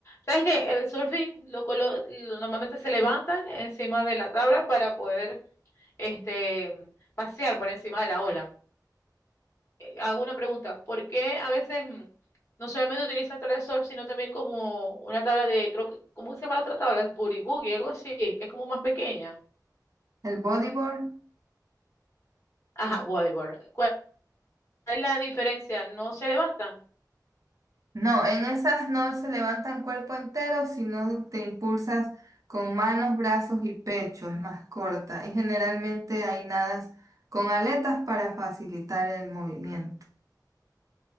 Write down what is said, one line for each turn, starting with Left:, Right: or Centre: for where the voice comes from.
Left: ¿Sabes que El surfing lo, colo- lo- normalmente se levantan encima de la tabla para poder este, pasear por encima de la ola. Eh, Hago una pregunta, ¿por qué a veces mm, no solamente utilizan tabla de surf, sino también como una tabla de, creo que, ¿cómo se llama la otra tabla? Es boogie boogie, algo así, que es como más pequeña.
Right: El bodyboard.
Left: Ajá, bodyboard. ¿Cuál es la diferencia? ¿No se levantan?
Right: No, en esas no se levanta el cuerpo entero, sino te impulsas con manos, brazos y pecho, es más corta. Y generalmente hay nadas con aletas para facilitar el movimiento.